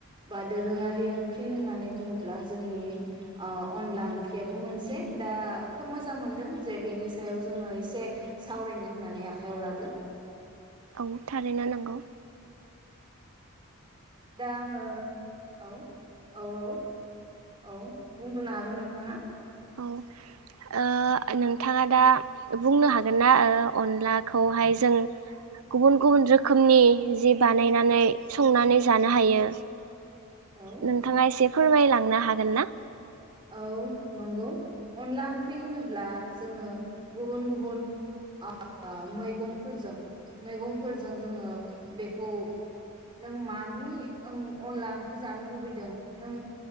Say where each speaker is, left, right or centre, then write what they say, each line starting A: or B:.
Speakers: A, on the right; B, on the right.
A: बा दोरोंङारि ओंख्रि होननानै बुङोब्ला जोंनि अ अनला ओंख्रियाबो मोनसे। दा खोब मोजां मोनदों जे बेनि सायाव जोंङो एसे सावरायनो होननानै आखायाव लादों।
B: औ थारैनो नांगौ
A: दा आंङो औ औ औ। औ बुंग्रोनो हागोन नोंथांङा?
B: औ ओ नोंथांङा दा बुंनो हागोन ना ओ अनलाखौहाय जों गुबुन गुबुन रोखोमनि जि बानायनानै संनानै जानो हायो
A: औ
B: नोंथांङा एसे फोरमायलांनो हागोन ना?
A: औ नंगौ। अनला ओंख्रि होनोब्ला जोंङो गुबुन गुबुन ओ मैगंफोरजों मैगंफोरजों जोंङो बेखौ नों मानि अनला ओंख्रि जानो लुबैदों नों